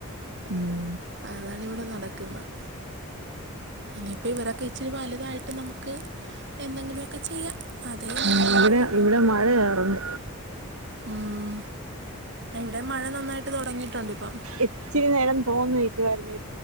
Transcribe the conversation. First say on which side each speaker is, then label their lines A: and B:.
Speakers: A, on the right; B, on the right.
A: ഉം
B: അതാണിവിടെ നടക്കുന്നത്. ഇനിയിപ്പ ഇവരൊക്കെ ഇച്ചിരി വലുതായിട്ട് നമുക്ക് എന്തെങ്കിലുമൊക്കെ ചെയ്യാം. അതേ ഇനി
A: ഉം
B: നടക്കുള്ളൂ
A: ഇവിടെ ഇവിടെ മഴയായിരുന്നു
B: ഉം ഇവിടേം മഴ നന്നായിട്ട് തുടങ്ങിയിട്ടുണ്ട് ഇപ്പം.
A: ഇച്ചിരി നേരം തോന്ന് നിക്കുവായിരുന്നു. ഇ